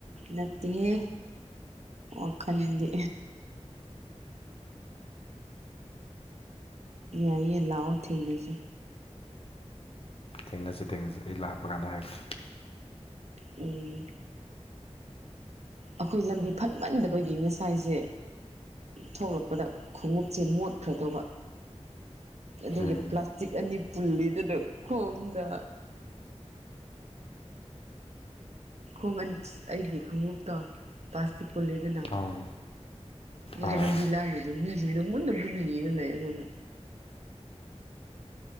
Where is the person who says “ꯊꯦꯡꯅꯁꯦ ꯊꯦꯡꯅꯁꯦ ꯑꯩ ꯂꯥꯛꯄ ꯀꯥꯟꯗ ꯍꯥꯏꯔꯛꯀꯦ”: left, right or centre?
Left